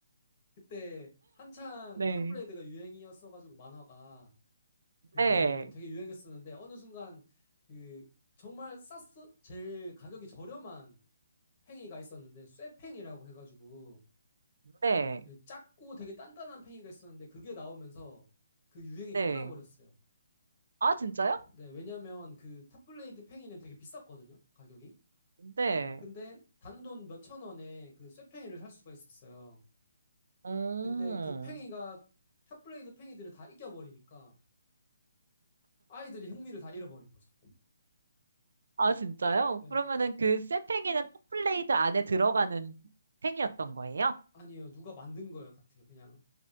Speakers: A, on the left (about 30°); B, on the right (about 75°).
A: 그때 한창
B: 네.
A: 탑블레이드가 유행이었어가지고 만화가 그게
B: 네,
A: 되게 유행했었는데 어느 순간 그 정말 쌌어 제일 가격이 저렴한 팽이가 있었는데 쇠팽이라고 해가지고
B: 네,
A: 예, 작고 되게 단단한 팽이가 있었는데 그게 나오면서 그 유행이
B: 네.
A: 끝나버렸어요.
B: 아, 진짜요?
A: 네, 왜냐면 그 탑블레이드 팽이는 되게 비쌌거든요, 가격이.
B: 네.
A: 근데 단돈 몇천 원에 그 쇠팽이를 살 수가 있었어요.
B: 오.
A: 근데 그 팽이가 탑블레이드 팽이들을 다 이겨버리니까 아이들이 흥미를 다 잃어버린 거죠.
B: 아, 진짜요?
A: 네,
B: 그러면은
A: 그-
B: 그 쇠팽이는 톱플레이드 안에 들어가는 팽이였던 거예요?
A: 아니요, 누가 만든 거예요 같아요. 그냥